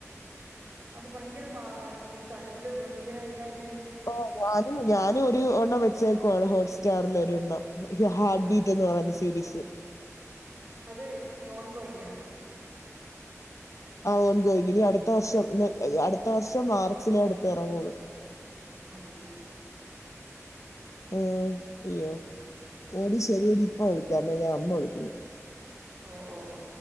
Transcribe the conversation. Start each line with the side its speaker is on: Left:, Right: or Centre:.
Right: അത് ഭയങ്കര പാടാണീ കണ്ട് ഭയങ്കരയിതായിട്ട്
Left: ഓ <unintelligible> ഉം ഞാന് ഒര് ഒരെണ്ണം വെച്ചേക്ക്വാണ് ഹോട്ട്സ്റ്റാർല് ഒരെണ്ണം ഹ് ഹാർട്ട് ബീറ്റെന്ന് പറയുന്ന സീരീസ്
Right: അത് ഇയോൺ ഗോയിംങ്ങ്യ
Left: ആ ഓൺഗോയിംങ്ങിനി അടുത്ത വർഷം എ അടുത്ത വർഷം മാർച്ചിലെ അടുത്തെ എറങ്ങൂളു
Right: ഹടിപൊളി
Left: ഓ അയ്യോ ഓടി ശെരിയടി ഇപ്പ വിളിക്കാമെ ഞാൻ അമ്മ വിളിക്കുന്നു
Right: ഓ ഓ ഓ